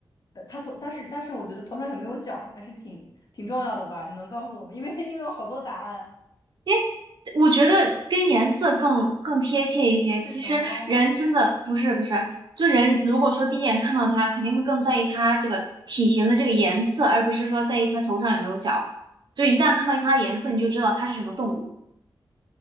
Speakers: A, on the left; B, on the right.
A: 但他头，但是但是我觉得头上有没有角儿还是挺挺重要的吧？你能告诉我吗？因为因为有好多答案。
B: 诶，我觉得跟颜色更更贴切一些。其实人真的不是不是，
A: 是熊猫吗？
B: 就人如果说第一眼看到它，肯定会更在意它这个体型的这个颜色，而不是说在意它头上有没有角。就一旦看到它的颜色，你就知道它是什么动物。